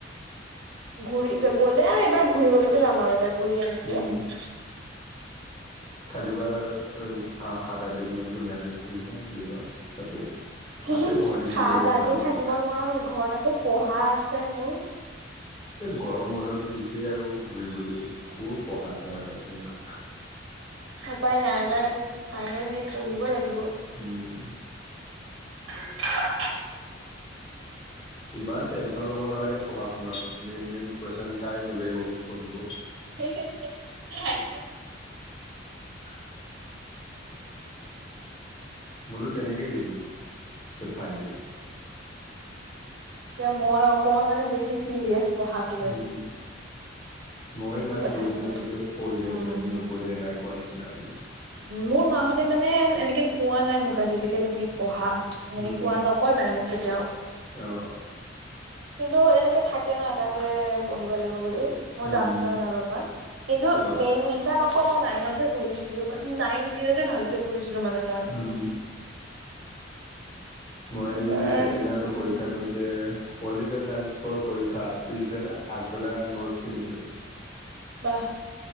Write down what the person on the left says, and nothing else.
উম
থাকিবা আহ সাত আঠ দিন মান ধুনীয়াকে ঘূৰিবা মেলিবা তাতে
আছে
গুৱাহাটীতো
বহুত
ভাল
ভাল
এই গৰম বন্ধটো দিছেই আৰু ঘূৰিবলৈ ক' পঢ়া চহা চাই থাকি নো
হম
ইমান টেনশ্যন ল'ব নালাগে পঢ়া শুন আৰু মেইন মেইন কুৱেশ্যন চাই গ'লেই হ'ল পঢ়িব
আৰু মইতো তেনেকেই দিলোঁ চ ফাইনেল
উম মই
ইমান
চিৰিয়াছ
নাছিলো পঢ়িলে
পঢ়িম নপঢ়িলে নাই কোৱা নিচিনা আৰু মোৰ।
উম
অ
উম
অ
উম মই
ছেকেণ্ড ইয়াৰত
পৰীক্ষা
দিওঁতে পলিটিকেল চাইন্সৰ পৰীক্ষা পিছবেলা আগবেলা নোটছ কিনিছো।